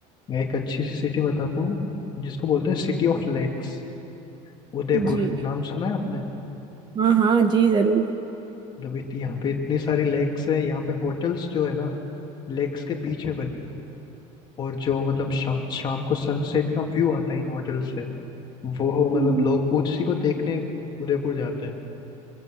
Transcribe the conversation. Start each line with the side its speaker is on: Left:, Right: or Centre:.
Left: मैं एक अच्छी सी सिटी बताता हूँ जिसको बोलते हैं सिटी ऑफ लेक्स उदयपुर
Right: जी
Left: नाम सुना है आपने
Right: हाँ हाँ जी जरूर
Left: मतलब इत- यहाँ पे इतनी सारी लेक्स है यहाँ पे होटल्स जो है ना लेक्स के बीच में बनी है और जो मतलब शा, शाम को सनसेट का व्यू आता है इन होटल्स से वो हो
Right: हम्म,
Left: मतलब लोग उसी को देखने उदयपुर जाते हैं